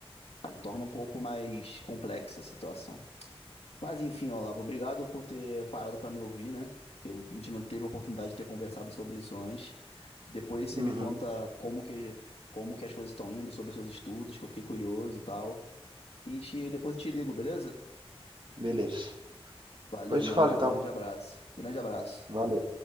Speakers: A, on the left; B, on the right.
A: Aí torna um pouco mais complexa a situação. Mas enfim, Olavo, obrigado por ter parado para me ouvir, né? Que eu- a gente não teve a oportunidade de ter conversado sobre isso antes. Depois você
B: sim.
A: me conta como que, como que as coisas estão indo, sobre seus estudos, que eu fiquei curioso e tal. E te- depois eu te ligo, beleza?
B: Beleza.
A: Valeu,
B: Depois
A: meu
B: a gente fala
A: amigo.
B: então.
A: Grande abraço. Grande abraço.
B: Valeu.